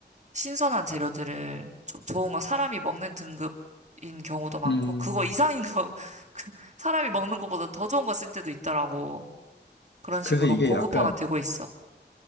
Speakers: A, on the right; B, on the left.
A: 신선한 재료들을 좀 좋은 거 사람이 먹는 등급인 경우도 많고
B: 음.
A: 그거 이상인 거 <laughs> 그 사람이 먹는 것보다 더 좋은 거 쓸 때도 있더라고. 그런 식으로
B: 그래서 이게
A: 고급화가
B: 약간,
A: 되고 있어.